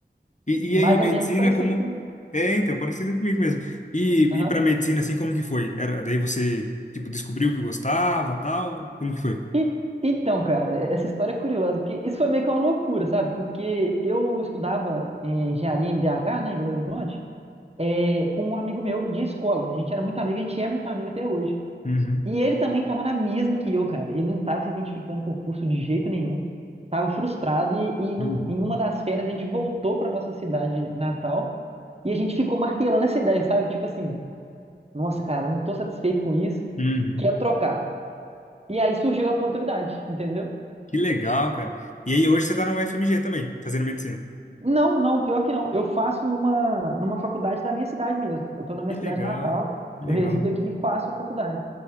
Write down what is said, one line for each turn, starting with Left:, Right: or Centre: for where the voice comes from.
Left: E,
Right: Mais
Left: e aí, medicina,
Right: ou menos parecido
Left: como.
Right: com.
Left: É, então, parecido comigo mesmo. E, e
Right: Aham.
Left: para medicina, assim, como que foi? Era, daí você, tipo, descobriu que gostava, tal? Como que foi?
Right: E- então, cara, essa história é curiosa, porque isso foi meio que uma loucura, sabe? Porque eu estudava em engenharia em BH, né, em Belo Horizonte. é, com um amigo meu de escola. A gente era muito amigo, a gente é muito amigo até hoje.
Left: Uhum,
Right: E ele também estava na mesma que eu, cara. Ele não estava se identificando com o curso de jeito nenhum. Tava frustrado e, e num-
Left: uhum,
Right: em uma das férias a gente voltou para nossa cidade natal e a gente ficou martelando essa ideia, sabe? Tipo assim, nossa, cara, eu não tô satisfeito com isso,
Left: uhum.
Right: quero trocar. E aí surgiu a oportunidade, entendeu?
Left: Que legal, cara. E aí, hoje você tá na UFMG também, fazendo medicina.
Right: Não, não, pior que não. Eu faço numa, numa faculdade da minha cidade mesmo. Eu tô na minha
Left: Que
Right: cidade
Left: legal,
Right: natal,
Left: que
Right: eu
Left: legal.
Right: resido aqui e faço a faculdade.